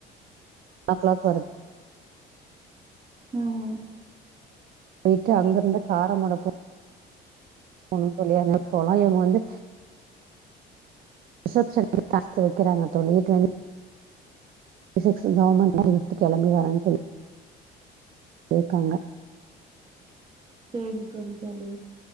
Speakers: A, on the right; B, on the right.
A: ஆ கிளாக் பாரு
B: உம்
A: போயிட்டு அங்கிருந்து காரமடோ போ போ தோழி ஆன போலா இவுங்க வந்து ரிஷப்ஸன்க்கு காஸ்ட் வக்கிறாங்க தோழி தொிண் ரிஷப்ஸன் கவர்மெண்ட் நிஃப்து கிளம்பி வரேன்னு சொல்லி <unintelligible> சொல்லி இருக்காங்க
B: சேரி சேரி சேரி